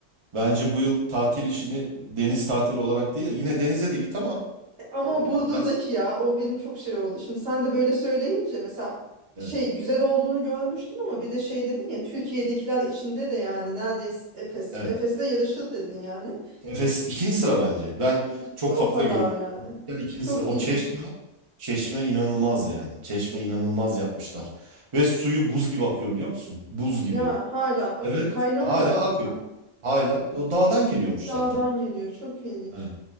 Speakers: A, on the right; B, on the right.
A: bence bu yıl tatil işini deniz tatili olarak değil de yine denize de git ama
B: Ama
A: e,
B: o buzduzdaki
A: biraz
B: ya o benim çok şey oldu. Şimdi sen de böyle söyleyince mesela
A: evet.
B: şey güzel olduğunu görmüştüm ama bir de şey dedin ya Türkiye'dekiler içinde de yani neredeyse Efes.
A: Evet.
B: Efes'le yarışır dedin yani.
A: Efes ikinci sıra bence. Ben
B: İkinci
A: çok
B: sıra
A: fazla
B: o kadar
A: gördüm.
B: yani.
A: Yani ikinci
B: Çok
A: sıra. O
B: ilginç.
A: Çeşme, Çeşme inanılmaz yani. Çeşme inanılmaz yapmışlar. Ve suyu buz gibi akıyor biliyor musun? Buz gibi.
B: Ya hala akıyor.
A: Evet,
B: Kaynağı
A: hala
B: ne acaba?
A: akıyor. Hala o dağdan geliyormuş
B: Dağdan
A: zaten.
B: geliyor. Çok ilginç.
A: Evet,